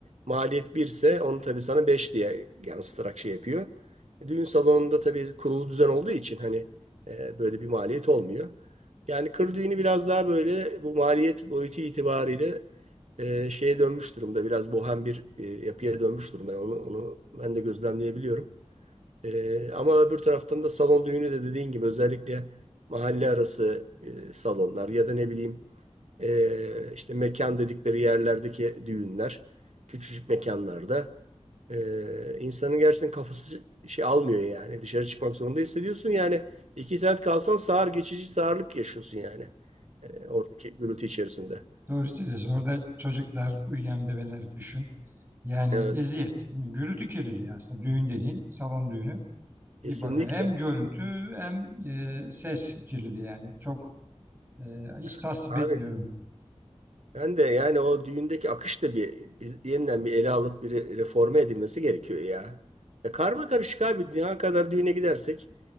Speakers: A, on the right; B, on the right.
A: maliyet birse onu tabii sana 5 diye yansıtarak şey yapıyor. Düğün salonunda tabii kurulu düzen olduğu için hani e, böyle bir maliyet olmuyor. Yani kır düğünü biraz daha böyle bu maliyet boyutu itibariyle e, şeye dönmüş durumda. Biraz bohem bir e, yapıya dönmüş durumda. Yani Onu, onu ben de gözlemleyebiliyorum. E, ama öbür taraftan da salon düğünü de dediğin gibi özellikle mahalle arası e, salonlar ya da ne bileyim e, işte mekan dedikleri yerlerdeki düğünler, küçücük mekanlarda. E, insanın gerçekten kafası şey almıyor yani. Dışarı çıkmak zorunda hissediyorsun. Yani İki saat kalsan sağır, geçici sağırlık yaşıyorsun yani. E, oradaki gürültü içerisinde.
B: doğru söylüyorsun. Orada çocuklar, uyuyan bebeler düşün. Yani
A: Evet,
B: eziyet, gürültü kirliliği aslında düğün dediğin, salon düğünü.
A: kesinlikle.
B: Bir bakın hem görüntü hem e, ses kirliliği yani çok Ee, hiç
A: Evet,
B: tasvip
A: abi
B: etmiyorum.
A: ben de yani o düğündeki akış da bir biz- yeniden bir ele alıp bir re- reforme edilmesi gerekiyor ya. Ya karma karışık abi dünya kadar düğüne gidersek